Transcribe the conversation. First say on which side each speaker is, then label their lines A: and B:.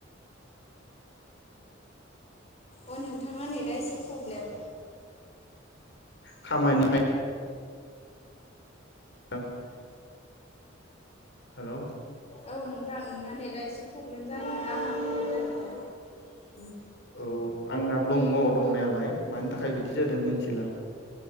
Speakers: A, on the left; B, on the left.
A: अ नोंथांना नेदा एसे प्रब्लेम
B: खामायनो हायो। <unintelligible> हेल'
A: औ नोंथां नोंना नेदा एसे प्रब्लेम जादों दां ना आंनासो प्रब्लेम जादोंथाय
B: औ आंना दङ दंनायालाय मानि थाखाय बिदि जादों मिथिला।